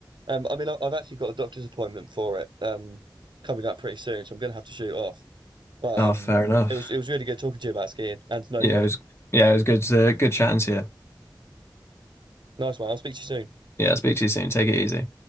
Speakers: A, on the right; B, on the left.
A: Um, I mean, I- I've actually got a doctor's appointment for it um coming up pretty soon, so I'm gonna have to shoot off. But
B: Oh, fair
A: um,
B: enough.
A: it was it was really good talking to you about skiing and snowboarding.
B: Yeah, it was yeah, it was good uh, good chatting to you.
A: Nice one. I'll speak to you soon.
B: Yeah, speak to you soon. Take it easy.